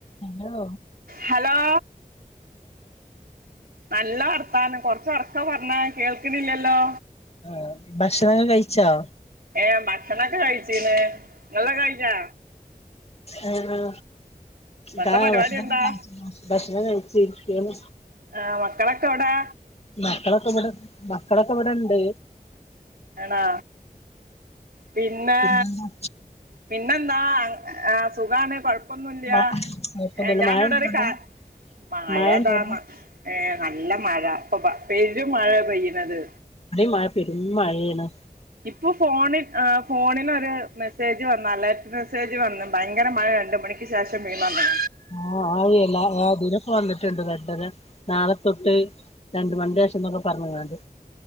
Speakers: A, on the left; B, on the right.
A: അല്ലോ
B: ഹലോ നല്ല വർത്താനം കൊർ ച്ചൊർക്കപർണാ കേൾക്ക്ണില്യല്ലോ
A: ആഹ് ഭക്ഷണക്കെ കയിച്ചോ
B: ഏം ഭക്ഷണക്കെ കഴ്ച്ചീന് ങ്ങൾതകെ കഴിഞാ
A: ആഹ്
B: എന്താ
A: കാ
B: പരിപാടി
A: ഭക്ഷണൊക്കെ
B: എന്താ
A: കഴചിനോ ഭക്ഷണം കഴിച്ചിര്ക്കേന്നു
B: ആഹ് മക്കളക്കവ്ടെ
A: മക്കളൊക്കെബ്ട മക്കളക്കെബടണ്ട്
B: ഏണാ പിന്നേ
A: പിന്നെന്താ
B: പിന്നെന്താ അൺ ആഹ് സുഖാണ് കൊഴപ്പൊന്നുല്ല്യാ
A: മഴ കൊഴപ്പൊന്നുല്ല
B: എഹ് ഞാൻ
A: മഴണ്ടോ
B: അന്നോടൊരു
A: അവിടെ
B: കാ മഴേതാമ
A: മഴണ്ടോ
B: ഏഹ് നല്ല മഴ ഇപപ്പ പെരും മഴേ പെയ്യ്ണത്
A: ടിം മഴ പെരും മഴേണ്
B: ഇപ്പൊ ഫോണ് ആഹ് ഫോണിലൊര് മെസ്സേജ് വന്നാലേ വെസ്സേജ് വന്ന് ഭയങ്കര മഴണ്ട് പ്ടക്കെ ശേഷം മീ നന്നാ
A: ആഹ് ആയെല്ലാതിലും വന്ന്ണ്ട് മെസ്സേല നാളെ തൊട്ട് രണ്ട് മൺൻ്റെഷംന്നൊക്കെ പറഞ്ഞ് ങ്ങാണ്ട്